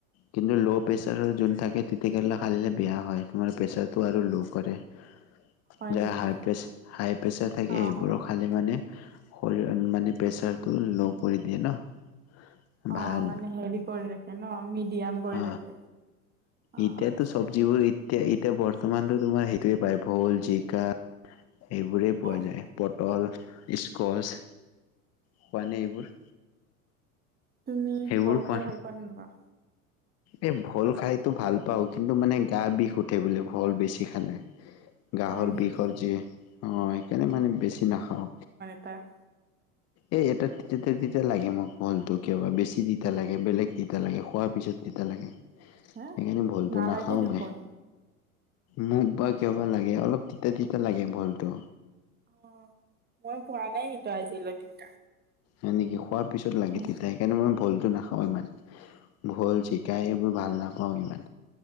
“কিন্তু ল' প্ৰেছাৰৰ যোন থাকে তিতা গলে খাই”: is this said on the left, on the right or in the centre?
Left